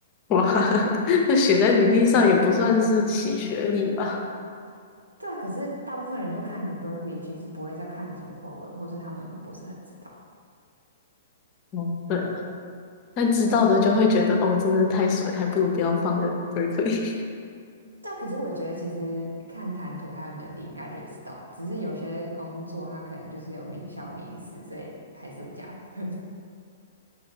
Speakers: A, on the left (about 30°); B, on the right (about 80°).
A: 哇，<laughs> 那写在履历上也不算是洗学历吧？
B: 对啊，可是大部分人都看你 Berkeley，其实不会再看什么 program，或是他们不是很知道。
A: 哦，对了，但知道的就会觉得哦，真的太水，还不如不要放个 Berkeley。
B: 但可是我觉得，其实看谈吐还有能力，应该就知道。只是有些工作它可能就是有名校名师，所以还是有加分。<laughs>